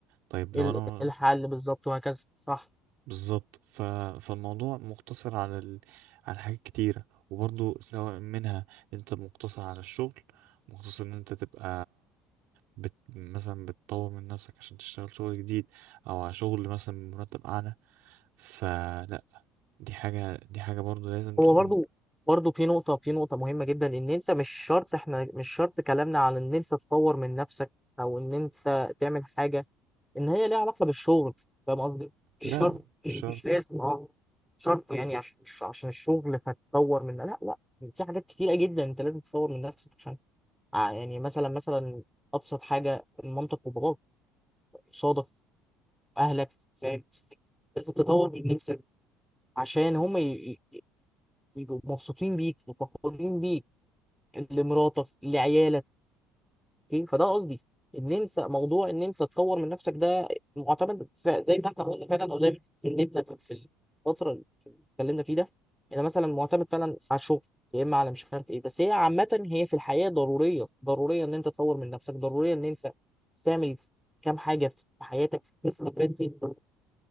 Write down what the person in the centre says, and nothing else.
ال-
الحل بالظبط وهكذا صح
هو برضو برضو في نقطة في نقطة مهمة جدا إن أنت مش شرط إحنا مش شرط كلامنا على إن أنت تطور من نفسك أو إن أنت تعمل حاجة ان هي ليها علاقه بالشغل فاهم قصدي
مش شرط
مش
لازم اه مش شرط يعني عشان مش عشان الشغل فتطور من لا لا في حاجات كتيره جدا انت لازم تطور من نفسك عشان ع- يعني مثلا مثلا ابسط حاجه مامتك وباباك صادف اهلك فاهم لازم تطور من نفسك عشان هم ي- ي- يبقوا مبسوطين بيك وفخورين بيك لمراتك لعيالك اوكي فده قصدي ان انت موضوع ان انت تطور من نفسك ده معتمد ف- زي ما احنا قلنا فعلا او زي ما اتكلمنا في الفتره اللي اتكلمنا فيه ده انا مثلا معتمد فعلا على الشغل يا اما على مش عارف ايه بس هي عامه هي في الحياه ضروريه ضروريه ان انت تطور من نفسك ضروريه ان انت تعمل كام حاجه في حياتك تستفاد بيها